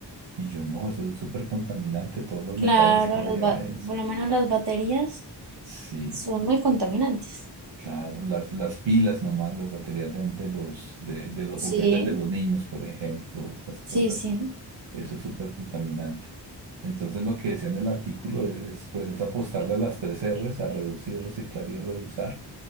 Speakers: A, on the right; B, on the right.
A: Y yo no, eso es súper contaminante, todos los
B: Claro,
A: metales que
B: las
A: lleva
B: ba-
A: eso.
B: por lo menos las baterías
A: Sí,
B: son muy contaminantes.
A: claro, las, las pilas nomás, las baterías de, de los, de, de los
B: Sí,
A: juguetes de los niños, por ejemplo, estas cosas
B: sí, sí.
A: Eso es súper contaminante. Entonces lo que decía en el artículo es, es, pues es apostarle a las tres R's, a reducir, reciclar y reusar